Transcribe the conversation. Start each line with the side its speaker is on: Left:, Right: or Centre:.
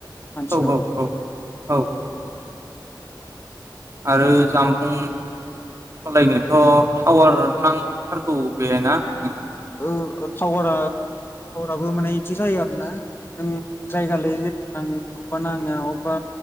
Left: मानसिनाव
Right: औ औ औ औ ओ आरो जामबुं सलायनोथ' टावार नांथारगौ बे ना नोंथां?
Left: ओ टावारा टावाराबो माने इदि जायो आरो ना नों जायगा लायै जायगा नाङो अबेबा नाङा अबेबा